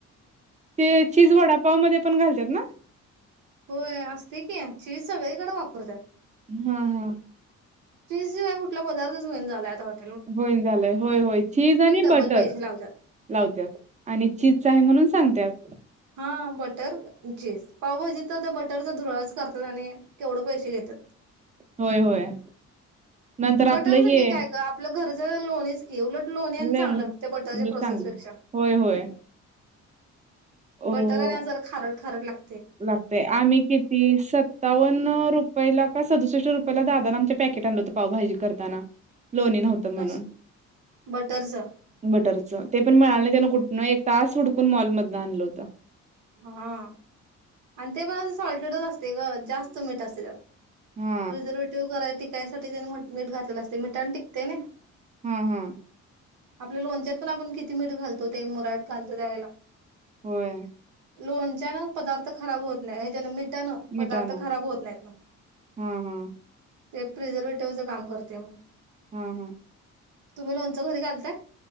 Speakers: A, on the right (about 25°); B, on the right (about 80°).
A: ते चीज वडापाव मध्ये पण घालत्यात ना?
B: होय असतय की, चीज सगळीकडे वापरत्यात.
A: हा हा.
B: चीज शिवाय कुठला पदार्थ होईन झालाय आता हॉट
A: होईन झालंय होय होय चीज आणि
B: डबल
A: बटर.
B: पैसे लावत्यात
A: लावत्यात आणि चीजच आहे म्हणून सांगत्यात.
B: हा बटर चीज पावभाजी तर त्या बटरचा धुराळच करत्यात आणि केवढ पैसे घेत <unintelligible>
A: होय होय. नंतर आपलं
B: बटर म्हणजे
A: हे
B: काय आपलं घरच लोणीच. ती उलट लोणी आणि
A: लेमन
B: चांगलं त्या बटरच्या प्रोसेस
A: चांगलं
B: पेक्षा.
A: होय होय ओ
B: बटर हायना जर खारड खारड लाग
A: लागतय आम्ही किती सत्तावन रुपयला का सदुसष्ट रुपयला दा दान आमच्या पॅकेट आणलं होतं पावाजी करताना. लोणी नव्हतं म्हणून
B: कश बटरच
A: <inaudible> बटर च ते पण मिळालं नाही त्यान कुठन एक तास हुडकून मॉलमधन आणलं होत.
B: हा <inaudible> आणि ते पण सॉल्टेडच असतय ग जास्त मीठ असतय त्यात.
A: हा
B: प्रिझर्वेटिव्ह कराय टिकायसाठी त्याने मु मीठ घातलेलं असतय मिठान टिकतय नई.
A: हम्म हम्म.
B: आपल्या लोणच्यात पण आपण किती मीठ घालतो ते मुरायला घालतो त्यावेेळेला.
A: होय
B: लोणच्या ना पदार्थ खराब होत नाय जेन मीठ त्यान
A: मिठानं
B: पदार्थ खराब होत नाहीत म्हण. <inaudible>
A: हा हा
B: ते प्रिझर्वेटिव्हचं काम करते म्हण.
A: हां हा.
B: तुम्ही लोनचं घरी घालताय?